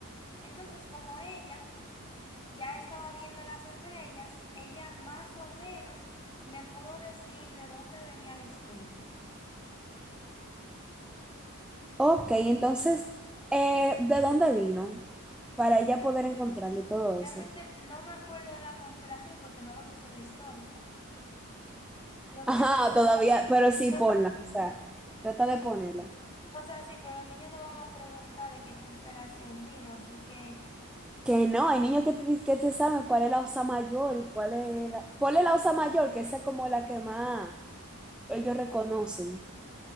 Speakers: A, on the left; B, in the centre.
A: entonces, como ella ya estaba viendo las estrellas, ella más o menos le pudo decir de dónde venía la estrella.
B: Ok, entonces, eh, ¿de dónde vino? Para ella poder encontrarle todo eso.
A: Realmente no me acuerdo de la constelación porque no lo puse en la historia. Los
B: Ajá,
A: niños,
B: todavía, pero sí ponla,
A: no-
B: o sea, trata de ponerla.
A: o sea, sí, pero los niños no van a preguntar de qué constelación vino, así que,
B: Que no, hay niños que te, dis- que te saben cuál es la osa mayor y cuál es la... Ponle la osa mayor, que esa es como la que más ellos reconocen.